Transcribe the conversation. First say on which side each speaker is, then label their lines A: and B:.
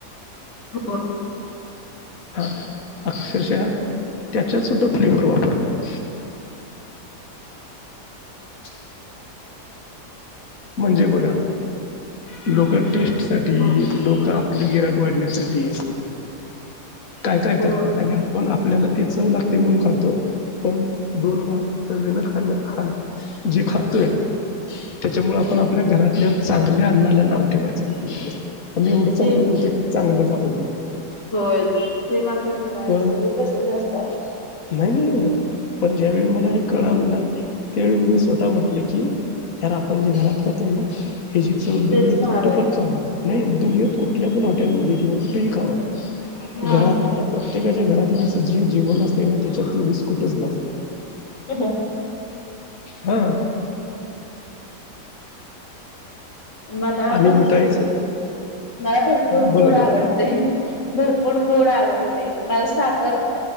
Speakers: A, on the left; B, on the left.
A: हो
B: हा अक्षरशः त्याच्यात सुुद्धा फ्लेवर वापरतात
A: अ
B: म्हणजे बघा लोक टेस्ट साठी
A: होय
B: लोक आपल गिराईक वाढण्यासाठी काय काय
A: होय
B: करतात आणि आपण आपल्याला तेच चव लागते म्हणून खाातो पण दोन घास चवीणं खा खा जे खातोय त्यांच्यामुळे आपण
A: होय
B: आपल्या घरातल्या चांगल्या अन्नाला नावं ठेवायला चालु करतो आम्ही एवढं चांगल
A: ते
B: करतोय चांगलं कावतो
A: होय ते मात्र खरं आहे
B: पण
A: सगळे तसेच असतात
B: नाही नाही पण ज्यावेळी मला हे कळाल ना त्यावेळी मी स्वतः म्हटलं की यार आपण जे घरात खोतोय ना ह्याची चव दुनियेत
A: तेच भार
B: कुठ
A: आहे.
B: पण खावा नाही दुनियेत कुठल्या पण हॉटेलमध्ये किंवा कुठेही खावा
A: हा
B: घरातल्या
A: हा
B: प्रत्येकाच्या घरात जे जीवन असते ना त्याच्या तोडीस कुठेच नसतं
A: ह ह
B: हा
A: मला
B: आणि
A: भरपूर
B: मिठाईच
A: मला भरपूर
B: बोला
A: गोड
B: बोला
A: आवडते
B: की
A: भरपूर भरपूर गोड आवडते मला साखर